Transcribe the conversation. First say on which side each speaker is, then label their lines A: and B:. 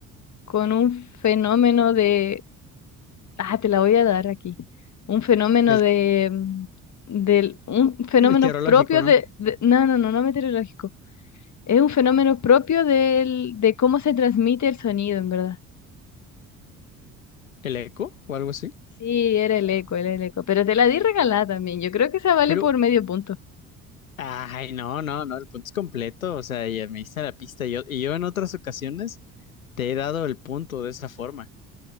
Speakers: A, on the left; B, on the left.
A: con un fenómeno de... Ah, te la voy a dar aquí. Un fenómeno
B: el
A: de... mm, Del, un fenómeno
B: meteorológico,
A: propio
B: ¿no?
A: de, de... No, no, no, no meteorológico. Es un fenómeno propio del, de cómo se transmite el sonido, en verdad.
B: ¿El eco o algo así?
A: Sí, era el eco, era el eco. Pero te la di regalada también. Yo creo que esa vale
B: Pero
A: por medio punto.
B: Ay, no, no, no, el punto es completo, o sea, ya me diste la pista. Yo, y yo en otras ocasiones te he dado el punto de esa forma.